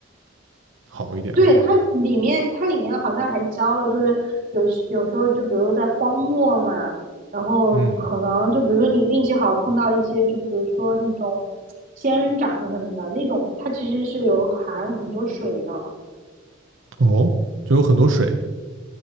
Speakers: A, on the right; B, on the right.
A: 好一点啊。
B: 对，它里面它里面好像还教了，就是有有时候就比如在荒漠嘛，然后可能就比如说你运气好碰到一些，
A: 嗯，
B: 就比如说那种仙人掌什么的那种，它其实是有含很多水的。
A: 哦，就有很多水。